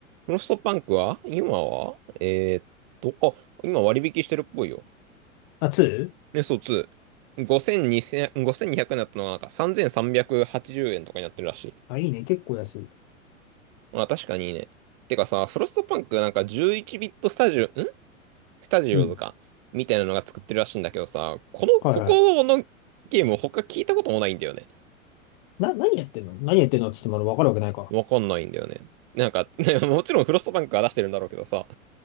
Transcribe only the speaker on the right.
フロストパンクは今はえーっと、あ、今割引してるっぽいよ。
ね、そう、2。5200、5200にひゃくになったのがなんか3380円とかになってるらしい。
まあ確かにいいね。てかさ、フロストパンクなんか11ビットスタジオ、んスタジオズか。
みたいなのが作ってるらしいんだけどさ、この、
ここのゲーム他聞いたこともないんだよね。
わかんないんだよね。なんか、<laughs> ねもちろんフロストパンクが出してるんだろうけどさ、